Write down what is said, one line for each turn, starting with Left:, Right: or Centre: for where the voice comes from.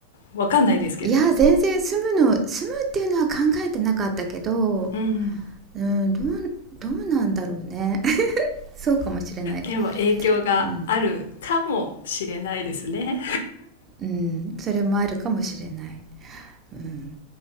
Left: わかんないですけど。
Right: いや全然住むの住むっていうのは考えてなかったけど
Left: うんうん。
Right: うんどうどうなんだろうね <laughs> そうかもしれない
Left: でも影響があるかもしれないですね。
Right: うん、うん、それもあるかもしれない、うん、